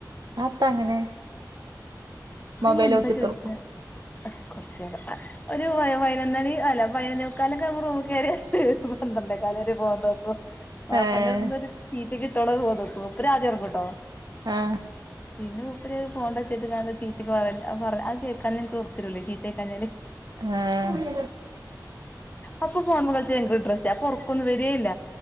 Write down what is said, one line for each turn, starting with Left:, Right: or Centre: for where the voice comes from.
Right: അതെത്താ അങ്ങനെ മൊബൈൽ
Left: അയ്യ് എന്താ
Right: നോക്കിത്തിർക്കും
Left: ചോദിച്ചത് കൊറച്ചേരം ഒരു പതിനൊന്നുമണി അല്ല പതിനൊന്നെ മുക്കാ ക്കാലൊക്കെ ആകുമ്പോൾ റൂമിൽ കേറിയാൽ ഒരു പന്ത്രണ്ടേകാല് വരെയൊക്കെയെ <unintelligible>
Right: ഏഹ്
Left: <unintelligible> മൂപ്പര് ആദ്യം ഉറങ്ങൂട്ടോ
Right: ആഹ്
Left: പിന്നെ മൂപ്പര് ഫോൺന്റെ ഒച്ചേട്ട്ക്കാണ്ട് ചീത്ത ഒക്കെ പറയ. അത് പറ അത് കേക്കാഞ ഇൻക്ക് ഒറക്ക് വരൂലെ. ചീത്തേക്കാഞ്ഞാല്.
Right: ആഹ്
Left: അപ്പൊ ഫോൺ മേൽ കളിച്ചാൻ ഇൻക്ക് ഇൻട്രസ്റ്റാ. അപ്പൊ ഉറക്കൊന്നും വരേല്ല.